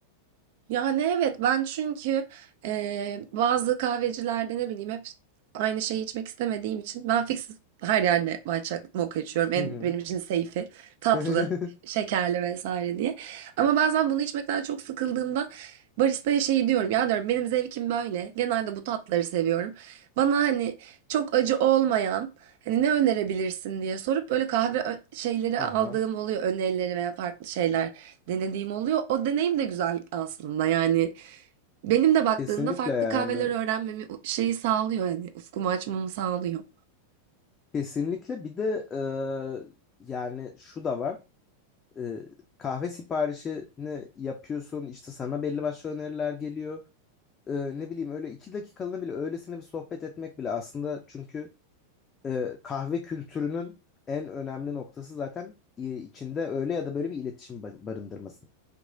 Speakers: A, on the right; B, on the left.
A: Yani evet ben çünkü eee, bazı kahvecilerde ne bileyim hep aynı şeyi içmek istemediğim için ben fix her yerde matcha mocha içiyorum. En,
B: Hı hı.
A: benim için safe'i tatlı,
B: <laughs>
A: şekerli vesaire diye. Ama bazen bunu içmekten çok sıkıldığımda baristaya şey diyorum ya diyorum benim zevkim böyle. Genelde bu tatları seviyorum. Bana hani çok acı olmayan hani ne önerebilirsin diye sorup böyle kahve ö- şeyleri
B: Aha,
A: aldığım oluyor önerileri veya farklı şeyler denediğim oluyor. O deneyim de güzel aslında yani. Benim de baktığımda
B: kesinlikle
A: farklı
B: yani.
A: kahveler öğrenmemi u- şeyi sağlıyor hani ufkumu açmamı sağlıyor.
B: Kesinlikle bir de e, yani şu da var. E, kahve siparişini yapıyorsun işte sana belli başlı öneriler geliyor. E, ne bileyim öyle iki dakikalığına bile öylesine bir sohbet etmek bile aslında çünkü e, kahve kültürünün en önemli noktası zaten e, içinde öyle ya da böyle bir iletişim ba- barındırması.